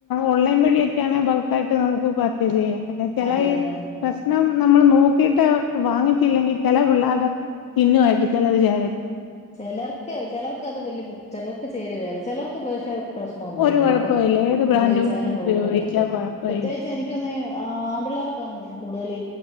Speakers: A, on the left (about 80°); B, on the left (about 20°).
A: ഓൺലൈൻ വഴിയൊക്കെയാണെ ബൾക്കായിട്ട് നമുക്ക് പർ ച്ചേസെയ്യാം പിന്നെ ചെല
B: അതെ
A: ഈ
B: അതെ
A: പ്രശ്നം നമ്മള് നോക്കി ട്ട് വാങ്ങിച്ചില്ലെങ്കി ചെല പിള്ളേര്ടെ സ്‌കിന്നുവായിട്ട് ചെലത് ചേരത്തില്ല
B: ചെലർക്ക് ചെലർക്കത് വലിയ <unintelligible> ചെലർക്ക് ചേരുവേല ചെലർക്ക് പക്ഷേ പ്രശ്നൊന്നുവില്ലയിപ്പം
A: ഒരു കുഴപ്പമില്ല ഏത് ബ്രാൻഡും
B: ഉപയോഗിച്ചാലും കൊഴപ്പൊല്ല
A: ഉപയോഗിച്ചാ കുഴപ്പമില്ല
B: പ്രത്യേകിച്ചെനി ക്കൊന്നെ ആ ആംപിള്ളാർക്കാന്ന് തോന്ന്ണു കൂടുതലീ